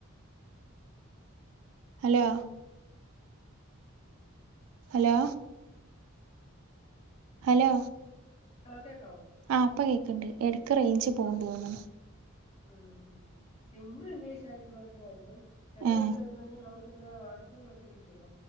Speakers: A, on the right; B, on the left.
A: ഹലോ ഹലോ ഹലോ
B: ഹലോ കേക്കാവോ
A: ആ ഇപ്പ കേക്കണ്ട് എടക്ക് റേഞ്ച് പോകണ്ട്ന്ന്
B: ആഹ്
A: തോന്നുന്നു
B: ഉം സിമ്പിൾ ഇംഗ്ലീഷ് ആയിട്ടുള്ളതൊക്കെ വായിക്കും ചിലതൊക്കെ
A: ഉം
B: വരുമ്പോ നമുക്ക് ചില വാക്കുകളൊക്കെ കിട്ടിയ